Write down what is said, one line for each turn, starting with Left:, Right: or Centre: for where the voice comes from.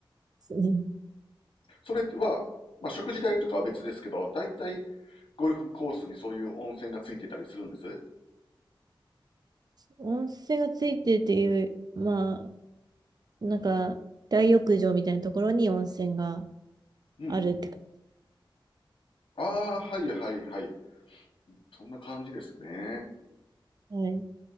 Right: すね。
Left: それは、まあ、食事代とかは別ですけど、だいたいゴルフコースにそういう温泉がついてたりするんです。
Right: 温泉がついてるっていう、まあ、なんか、大浴場みたいなところに温泉が
Left: うん。
Right: あるってか。
Left: ああ、はいはいはい。そんな感じですね。
Right: はい。